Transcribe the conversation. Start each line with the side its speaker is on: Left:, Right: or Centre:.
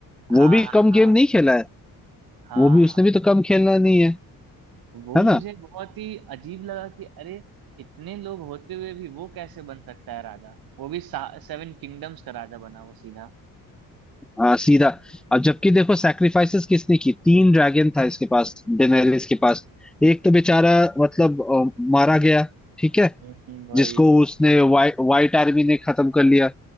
Right: हाँ
Centre: वो भी
Right: हाँ
Centre: कम गेम नहीं खेला है
Right: हाँ
Centre: वो भी उसने
Right: हाँ
Centre: भी तो कम खेलना नहीं है
Right: वो
Centre: है
Right: मुझे
Centre: ना
Right: बहुत ही अजीब लगा कि अरे इतने लोग होते हुए भी वो कैसे बन सकता है राजा वो भी सेवन किंगडम्स का राजा बना वो सीधा
Centre: आ, सीधा अब जबकि देखो सैक्रिफाइसेस किसने की तीन ड्रैगन था इसके पास डेनेरिस के पास एक तो बेचारा मतलब अ, मारा गया ठीक है
Right: हम्म हम्म, वही
Centre: जिसको उसने वाइ, वाइट आर्मी ने खत्म कर लिया